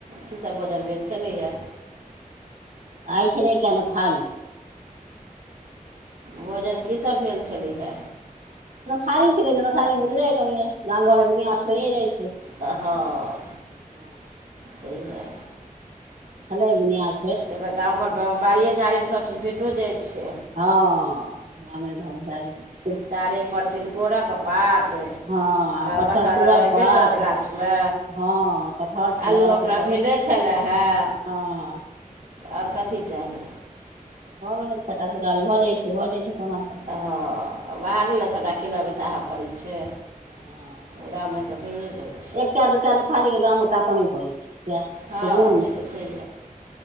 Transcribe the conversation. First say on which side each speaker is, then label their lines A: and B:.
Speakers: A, on the right (about 80°); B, on the right (about 65°).
A: की सब भोजन भेल छलैए या
B: आइ छल ने कना छड़ी <inaudible>
A: भोजन कीसभ भेल छलै हे
B: तड़ी छलै सारी मुजरे कनि गाम घर आस होए जाइ छै <inaudible>
A: त हँ
B: हँ
A: सहि हए
B: छन बै बुनीयाँ
A: तेमे गाम घरमे बाड़िए झाड़ीमे सभचीज भेटो जाइ छै
B: हाँ गामे मे घझा जेै <inaudible>
A: चारेपर तिलकोरक पात
B: हँ पत्थर
A: कटहर
B: चूड़क
A: हेबे
B: पात
A: करत गाछमे
B: हँ कटहर छलए
A: आलू अपना
B: तिलको
A: भेलै छलै हए
B: हँ
A: आओर कथी चाहि
B: भऽ गेलै छटा तरकारी भऽ जाइ छै भऽ जाइ छै कोना कऽ
A: हँ बाहरो ने सभटा किनय बैसाहऽ पड़ै छै
B: हँ
A: गाममे तऽ भइए जाइ छै
B: एकटा दूटा नोथहारीके गाममे ताकऽ नहि पड़ै छै सएह
A: हँ
B: छै गुण
A: से त छै